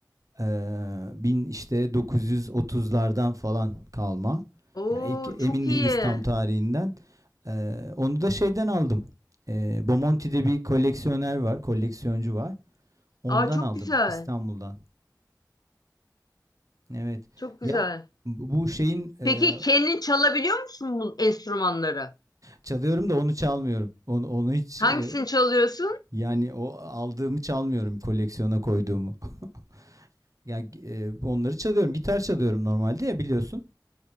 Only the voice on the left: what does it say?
Oo
çok
iyi.
Aa çok
güzel.
Çok
güzel.
Peki kendin çalabiliyor musun bu enstrümanları?
Hangisini
çalıyorsun?